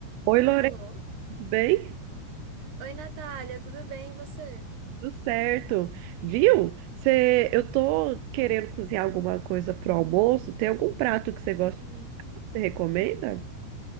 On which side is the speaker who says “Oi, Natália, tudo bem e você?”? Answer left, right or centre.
Right